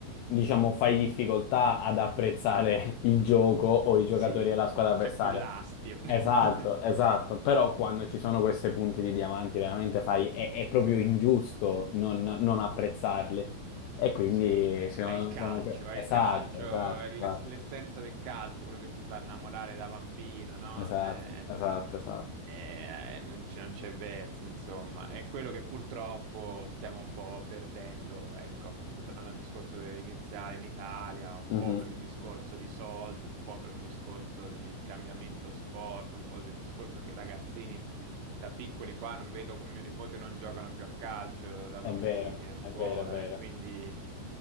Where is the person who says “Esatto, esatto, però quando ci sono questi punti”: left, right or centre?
Left